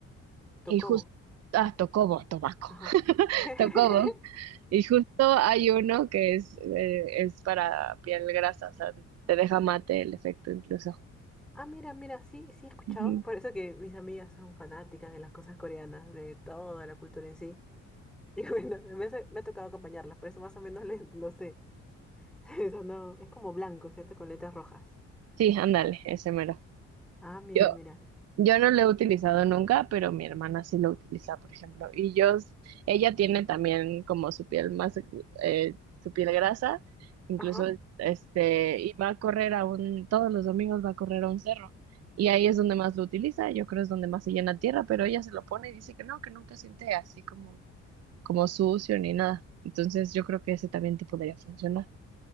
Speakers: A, in the centre; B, on the right.
A: Tocobo.
B: Y justo, ah, Tocobo, Tobacco,
A: Ajá.
B: <laughs>
A: <laughs>
B: Tocobo. Y justo hay uno que es, eh, es para piel grasa, o sea, te deja mate el efecto incluso.
A: Ah, mira, mira, sí, sí he escuchado.
B: Ujú.
A: Por eso que mis amigas son fanáticas de las cosas coreanas, de toda la cultura en sí. <laughs> Y bueno, me, hace- me ha tocado acompañarlas, por eso más o menos le- lo sé. <laughs> Eso no, es como blanco, ¿cierto? Con letras rojas.
B: Sí, ándale, ese mero.
A: Ah, mira,
B: Yo,
A: mira.
B: Yo no lo he utilizado nunca, pero mi hermana sí lo utiliza, por ejemplo. Y yo, s- ella tiene también como su piel más, eh, su piel grasa, incluso
A: Ajá.
B: este, y va a correr a un, todos los domingos va a correr a un cerro. Y ahí es donde más lo utiliza, yo creo es donde más se llena tierra, pero ella se lo pone y dice que no, que nunca siente así como, como sucio ni nada. Entonces yo creo que ese también te podría funcionar.